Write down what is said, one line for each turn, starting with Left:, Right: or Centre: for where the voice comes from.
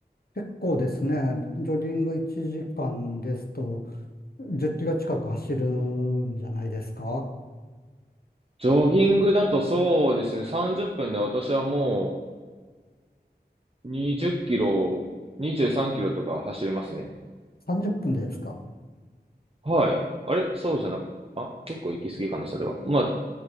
Left: 結構ですね。ジョギング1時間ですと、10キロ近く走るんじゃないですか
Right: ジョギングだとそうですね、30分で私はもう20キロ、23キロとか走れますね。
Left: ?30 分でですか
Right: はい。あれそうじゃなく、あ、結構行き過ぎかな、それは。ま